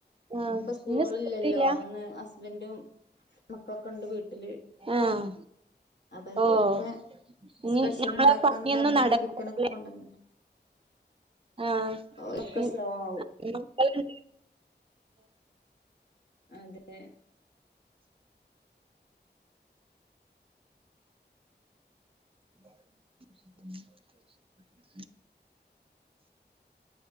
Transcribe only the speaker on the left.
ന്ന്‌ പ്പൊ സ്കൂളുകളില്ലല്ലോ
അ അ ന്ന് ഹസ്ബന്റും മക്കൾ ക്കെ ഉണ്ട് വീട്ടില്
അപ്പൊ എന്തേലൊക്കെ
സ്പെഷ്യൽ
ഉണ്ടാക്കാന്ന്
പറ ഞാ
ണ്ട് ചിക്കനൊ ക്കെ കൊണ്ടന്ന്‌
<unintelligible>
സ്ലോ ആവു
അതെ